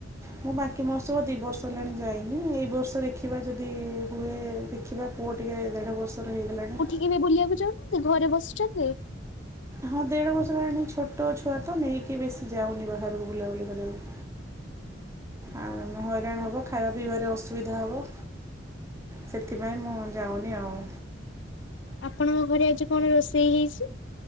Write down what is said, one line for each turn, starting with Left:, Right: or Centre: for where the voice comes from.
Right: ମୁଁ ବାଙ୍କି ମୋତ୍ସବ ଦି ବର୍ଷ ହେଲାଣି ଯାଇନି ଏଇ ବର୍ଷ ଦେଖ୍ ଖିବା ଯଦି ହୁଏ ଦେଖିବା ପୁଅ ଟିକେ ଦେଢ଼ ବର୍ଷର ହେଇଗଲାଣି।
Left: ଏବେ ବୁଲିବାକୁ ଯାଉନାହାନ୍ତି ଘରେ ବସିଛନ୍ତି?
Right: ହଁ ଦେଢ଼ ବର୍ଷ ହେଲାଣି ଛୋଟ ଛୁଆ ତ ନେଇକି ବେଶି ଯାଉନି ବାହାରୁକୁ ବୁଲାବୁଲି କରିବାକୁ।
Left: <inaudible>
Right: ଆମେ ହଇରାଣ ହବ ଖାଇବା ପିଇବାରେ ଅସୁବିଧା ହବ। ସେଥିପାଇଁ ମୁଁ ଯାଉନି ଆଉ।
Left: ଆପଣଙ୍କ ଘରେ ଆଜି କଣ ରୋଷେଇ ହେଇଚି?